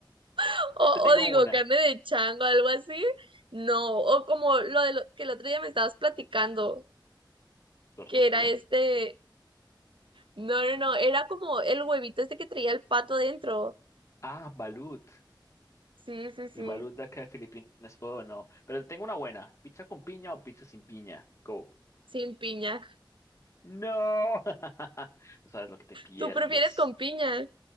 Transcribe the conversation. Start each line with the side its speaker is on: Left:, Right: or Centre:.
Right: <laughs> o,
Left: Te tengo
Right: o digo
Left: una.
Right: carne de chango, algo así, no. O como lo, de lo que el otro día me estabas platicando,
Left: ¿Tortuga?
Right: que era este, no, no, no, era como el huevito este que traía el pato dentro.
Left: Ah, balut.
Right: Sí, sí, sí,
Left: El balut de acá de Filipinas. Oh, no. Pero te tengo una buena. ¿Pizza con piña o pizza sin piña? Go.
Right: sin piña.
Left: No. <laughs> No sabes lo que te pierdes.
Right: ¿Tú prefieres con piña?